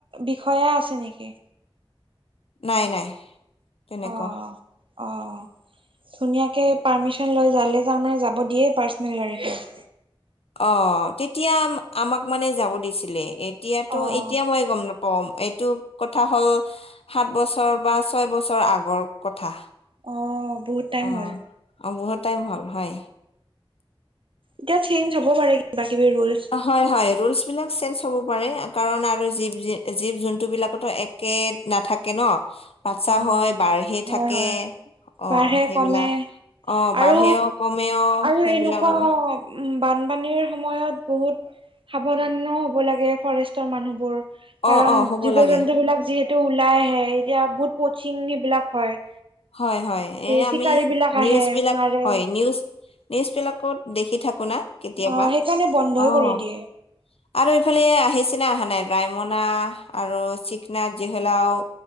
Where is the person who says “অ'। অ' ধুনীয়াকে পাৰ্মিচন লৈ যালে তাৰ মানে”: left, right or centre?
Right